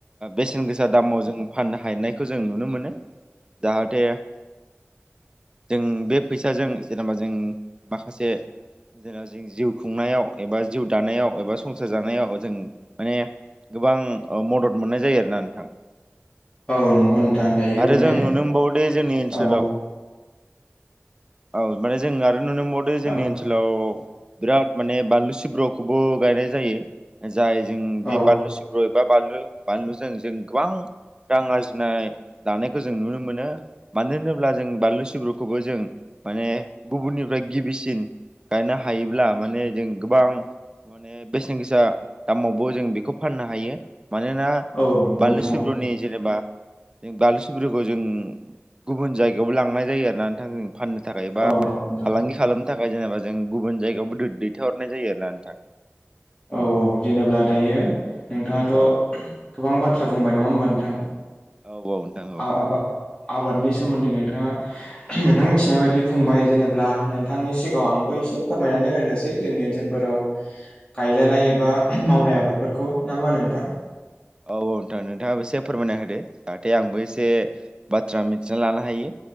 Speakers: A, on the right; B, on the left.
A: बेसेन गोसा दामाव जों फाननो हायनायखौ जों नुनो मोनो जाहाथे जों बे फैसाजों जेनेबा जों माखासे। जेनाव जों जिउ खुंनायाव एबा जिउ दानायाव एबा संसार जानायाव जों माने गोबां मदद मोननाय जायो आरोना नोंथां।
B: औ नंगौ नोंथां दायो
A: आरो
B: माने
A: जों नुनो मोनबावो दे जोंनि ओनसोलाव
B: औ
A: औ माने जों आरो नुनो मोनबावदो जोंनि
B: औ
A: ओनसोलाव बिराद माने बानलु सिब्र'खौबो गायनाय जायो जाय जों
B: औ
A: बे बानलु सिब्र' एबा बानलु बानलुजों जों गोबां रां आरजिनाय लानायखौ जों नुनो मोनो मानो होनोब्ला जों बानलु सिब्रुखौबो जों। माने गुबुननिफ्राय गिबिसिन गायनो हायोब्ला माने जों गोबां। माने बेसेन गोसा दामावबो जों बेखौ फाननो हायो। मानोना
B: औ नंगौ
A: बाललिु
B: नोंथां
A: सब्रनि
B: औ
A: जेनेबा। जों बालुसि ब्रुखौ जों गुबुन जायगायावबो लांनाय जायो आरोना नोंथां जों फाननो। थाखाय बा
B: औ नंगौ नोंथां
A: फालांगि खालाम थाखाय जेनेबा जों गुबुन जायगायावबो दैथाय हरनाय जायो आरो ना नोंथां।
B: औ औ जेनेब्ला दायो नोंथाङाथ'
A: नोंथां औ
B: गोबां बाथ्रा। बुंबाय नङा होमबा नोंथां।
A: औ औ नोंथां औ।
B: आ आबा आबादनि सोमोन्दै नोंथाङा उ नोंथां मिथिनाय बायदि बुंबाय जेनेब्ला नोंथांनि सिगाङाव आं फै एसे फोरमायनानै होनोसै जोंनि ओनसोलफोराव। गायजानाय एबा उ मावनाय आबादफोरखौ ना मा होनो नोंथां
A: औ औ नोंथां नोंथाङाबो एसे फोरमायना होदो जाहाथे आंबो एसे एसे बाथ्रा मिथिना लानो हायो